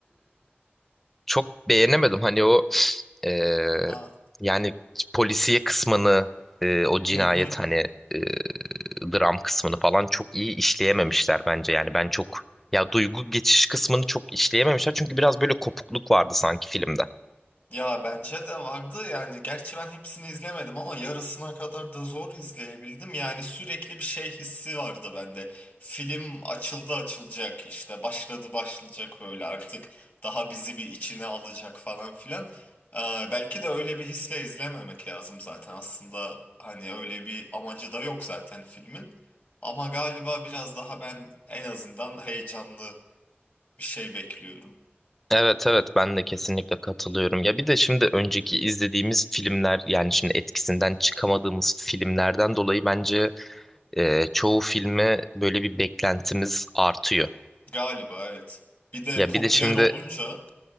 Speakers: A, in the centre; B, on the left.
A: çok beğenemedim. Hani o eee,
B: Ha.
A: yani polisiye kısmını, eee, o cinayet
B: Hı hı.
A: hani eee, dram kısmını falan çok iyi işleyememişler bence. Yani ben çok ya duygu geçiş kısmını çok işleyememişler çünkü biraz böyle kopukluk vardı sanki filmde.
B: Ya bence de vardı yani gerçi ben hepsini izlemedim ama yarısına kadar da zor izleyebildim. Yani sürekli bir şey hissi vardı bende. Film açıldı açılacak işte başladı başlayacak böyle artık daha bizi bir içine alacak falan filan. Ee, belki de öyle bir hisle izlememek lazım zaten aslında hani öyle bir amacı da yok zaten filmin. Ama galiba biraz daha ben en azından heyecanlı bir şey bekliyorum.
A: Evet evet ben de kesinlikle katılıyorum. Ya bir de şimdi önceki izlediğimiz filmler yani şimdi etkisinden çıkamadığımız filmlerden dolayı bence e, çoğu filme böyle bir beklentimiz artıyor.
B: Galiba evet. Bir de
A: Ya
B: popüler
A: bir de şimdi
B: olunca